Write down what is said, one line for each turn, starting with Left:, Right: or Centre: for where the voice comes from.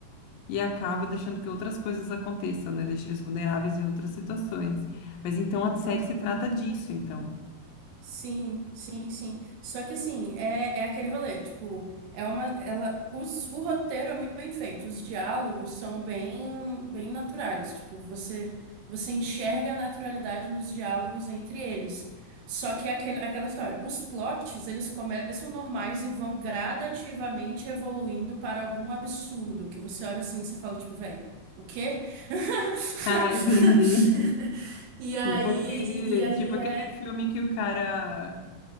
Left: e acaba deixando que outras coisas aconteçam, né? Deixa eles vulneráveis em outras situações. Mas então a série
Right: uhum.
Left: se trata disso, então.
Right: Sim, sim, sim. Só que assim, é, é aquele rolê, tipo, é uma, ela, os, o roteiro é muito bem feito, os diálogos são bem, bem naturais, tipo, você, você enxerga a naturalidade nos diálogos entre eles. Só que é aquele, aquela história, os plots, eles começam normais e vão gradativamente evoluindo para algum absurdo, que você olha assim e você fala, tipo, véi, o quê? <laughs>
Left: Ah, entendi.
Right: E aí,
Left: Tipo aquele,
Right: e, e aí
Left: tipo aquele
Right: é,
Left: filme que o cara